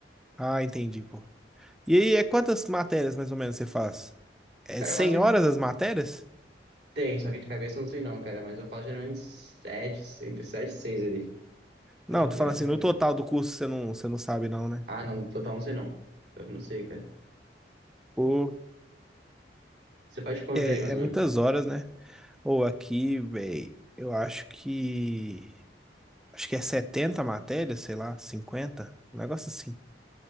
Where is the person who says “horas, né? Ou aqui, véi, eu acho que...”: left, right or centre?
Centre